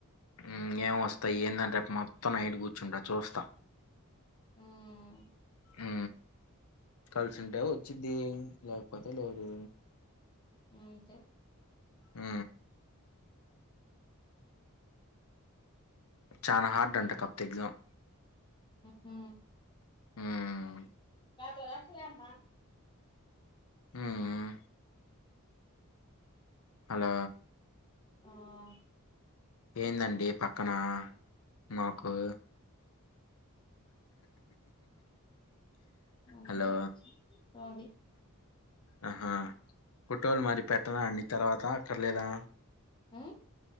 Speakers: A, on the left; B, on the left.
A: మ్ ఏం వస్తాయి ఏందని రేపు మొత్తం నైట్ గు ర్చుండ చూస్తా
B: మ్మ్
A: ఆ కలిసి ఉంటే వచ్చిద్ది లేకపోతే లేదు
B: మ్ అంతే
A: మ్ చానా హార్డ్ అంట కాపోతే ఎగ్జాం
B: మ్ హు
A: హ్మ్
B: గదరా తయమా
A: హ్మ్ హలో
B: మ్మ్
A: ఏందండి పక్కన మాకు
B: అంతే
A: హలో
B: సోది
A: ఆహా ఫోటోలు మరి పెట్టనా అండి తర్వాత అక్కర్లేదా
B: మ్